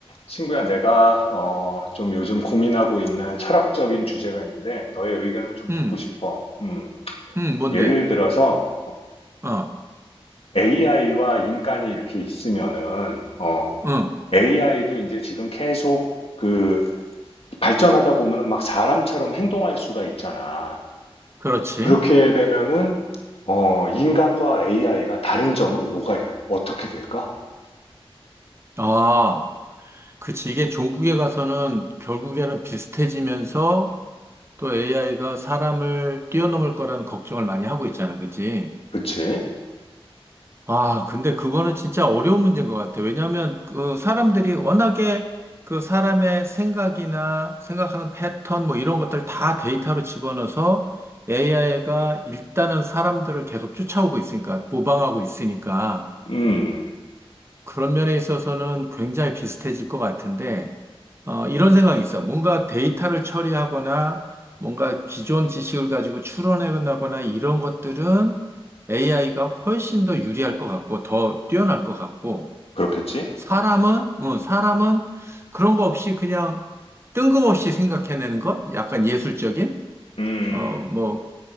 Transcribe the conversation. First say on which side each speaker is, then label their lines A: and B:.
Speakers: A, on the left; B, on the right.
A: 친구야, 내가 어, 좀 요즘 고민하고 있는 철학적인 주제가 있는데 너의 의견을 좀
B: 음,
A: 듣고 싶어. 음,
B: 음, 뭔데?
A: 예를 들어서
B: 어,
A: AI와 인간이 이렇게 있으면은
B: 응,
A: AI도 이제 지금 계속 그 발전하다 보면은 막 사람처럼 행동할 수가 있잖아.
B: 그렇지.
A: 그렇게 되면은 어, 인간과 AI가 다른 점은 뭐가 어떻게 될까?
B: 아, 그치. 이게 종국에 가서는 결국에는 비슷해지면서 또 AI가 사람을 뛰어넘을 거라는 걱정을 많이 하고 있잖아. 그치?
A: 그치?
B: 아, 근데 그거는 진짜 어려운 문제인 것 같아. 왜냐하면 그 사람들이 워낙에 그 사람의 생각이나 생각하는 패턴 뭐 이런 것들 다 데이터로 집어넣어서 AI가 일단은 사람들을 계속 쫓아오고 있으니까, 모방하고 있으니까.
A: 음,
B: 그런 면에 있어서는 굉장히 비슷해질 것 같은데, 어, 이런 생각이 있어. 뭔가 데이터를 처리하거나, 뭔가 기존 지식을 가지고 추론해나거나 이런 것들은 AI가 훨씬 더 유리할 것 같고, 더 뛰어날 것 같고,
A: 그렇겠지?
B: 사람은, 어, 사람은 그런 거 없이 그냥 뜬금없이 생각해내는 것? 약간 예술적인?
A: 음.
B: 어, 뭐,